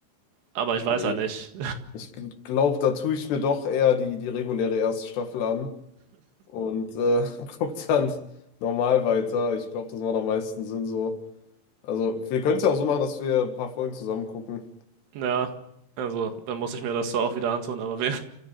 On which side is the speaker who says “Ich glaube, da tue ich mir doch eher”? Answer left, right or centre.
Left